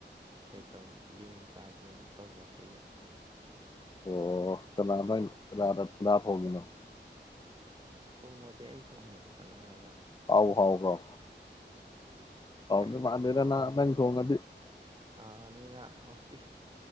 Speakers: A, on the right; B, on the left.
A: ꯀꯩꯇꯧꯋꯤ ꯌꯦꯟ ꯆꯥꯥꯁꯦꯅ ꯇꯧꯕ ꯑꯩꯈꯣꯏꯒꯤ
B: ꯑꯣ
A: ꯑ,
B: ꯀꯅꯥꯅꯥꯅꯥ ꯐꯒꯦꯅꯣ
A: ꯎ ꯊꯣꯡꯃꯗꯤ ꯑꯩꯅ ꯊꯣꯡꯉꯦ ꯍꯜꯂꯛꯑꯒ
B: ꯍꯥꯎ ꯍꯥꯎ ꯍꯥꯎ
A: ꯑꯁ
B: ꯑꯥꯎ
A: ꯈꯪꯗꯦꯗ
B: ꯃꯥꯅꯦꯔꯅꯦꯡ
A: ꯁꯥ
B: ꯀꯣꯡꯒꯗꯤ
A: ꯑꯅꯤꯅ ꯍꯧꯛꯇꯤ